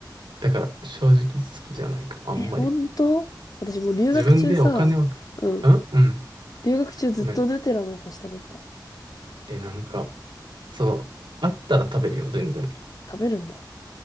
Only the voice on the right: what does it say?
だから正直好きじゃないかも、あんまり。
自分でお金を、ん
うん。
ごめん。え、なんか、その、あったら食べるよ、全然。